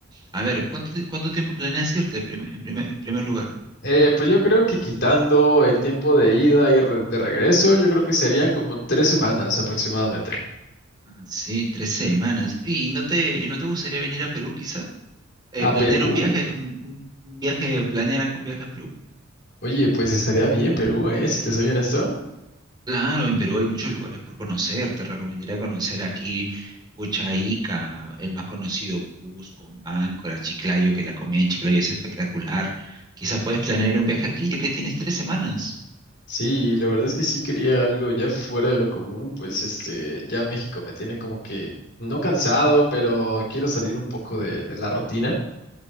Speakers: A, on the right; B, on the left.
A: a ver, ¿cuánto, te- cuánto tiempo planeas irte prim- en primer, primer lugar?
B: Eh, pues yo creo que quitando el tiempo de ida y re- de regreso, yo creo que serían como tres semanas aproximadamente.
A: Ah, sí, tres semanas. ¿Y no te, no te gustaría venir a Perú, quizá? Eh,
B: A
A: ¿planear
B: Perú.
A: un viaje, un, un- un viaje, o planear acá un viaje a Perú?
B: Oye, pues estaría bien Perú, ¿eh? Si
A: Mm.
B: te soy honesto.
A: Claro, en Perú hay muchos lugares por conocer. Te recomendaría conocer aquí Pucha Ica, el más conocido Cusco, Máncora, Chiclayo, que la comida en Chiclayo es espectacular. Quizá puedes planear un viaje aquí, ya que tienes tres semanas.
B: Sí, la verdad es que sí quería algo ya fuera de lo común, pues este, ya México me tiene como que no cansado, pero quiero salir un poco de, de la rutina.